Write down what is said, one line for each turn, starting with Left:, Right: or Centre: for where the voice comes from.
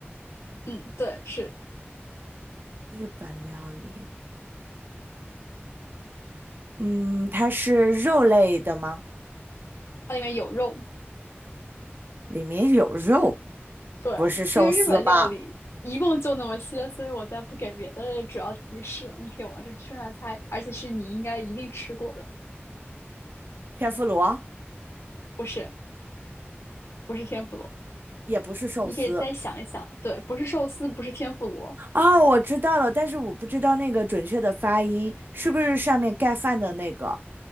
Left: 嗯，对，是
Right: 日本料理，嗯，它是肉类的吗？
Left: 它里面有肉，
Right: 里面有肉，
Left: 对，
Right: 不是寿司吧？
Left: 因为日本料理一共就那么些，所以我再不给别的主要提示了。你可以往这顺下猜，而且是你应该一定吃过的，
Right: 天妇罗
Left: 不是不是天妇罗。
Right: 也不是寿司。
Left: 你可以再想一想，对，不是寿司，不是天妇罗，
Right: 哦，我知道了，但是我不知道那个准确的发音是不是上面盖饭的那个，